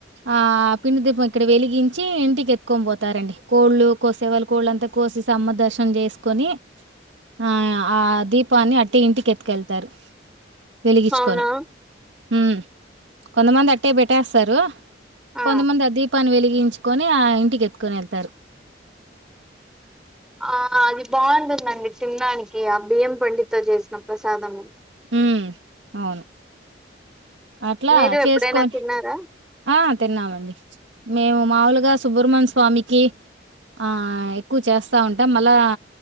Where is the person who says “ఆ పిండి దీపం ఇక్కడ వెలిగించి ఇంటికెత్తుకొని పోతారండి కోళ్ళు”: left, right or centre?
Right